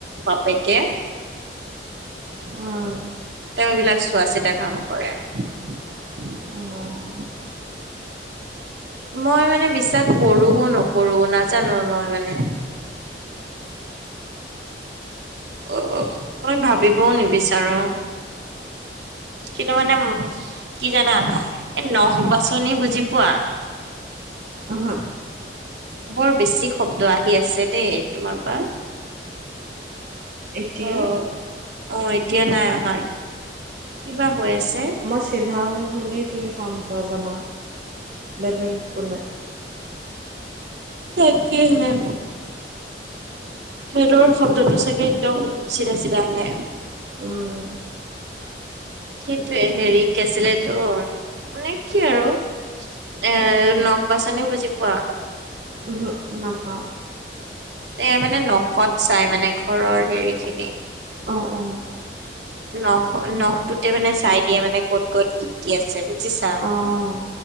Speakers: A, on the right; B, on the right.
A: বাপেকে।
B: উম,
A: তেওঁবিলাক চোৱা চিতা কাম কৰে।
B: অ,
A: মই মানে বিশ্বাস কৰো নকৰো নাজানো মই মানে। অ মই ভাবিবও নিবিচাৰো। কিন্তু মানে কি জানা এই নখ বাছনি বুজি পোৱা। <inaudible>
B: উহু,
A: বৰ বেছি শব্দ আহি আছে দেই তোমাৰ পৰা।
B: এতিয়া
A: অ অ এতিয়া নাই অহাৰ কিবা হৈ আছে।
B: মই চিধা হৈ হ'লেই তুমি চাওন পোৱা জানা বেলেগ একো নাই।
A: তাকে হে। ফেনৰ শব্দটো চাগে একদম চিধা চিধা আহে।
B: উম।
A: সেইটোৱে হেৰি কি আছিল এতো মানে কি আৰু এ নখ বাচনি বুজি পোৱা।
B: উহু নাপাওঁ।
A: এ মানে নখত চাই মানে ঘৰৰ হেৰি খিনি।
B: অ', অ',
A: নখ নখটোতে মানে চাই দিয়ে মানে ক'ত ক'ত কি কি আছে বুজিছা।
B: অ',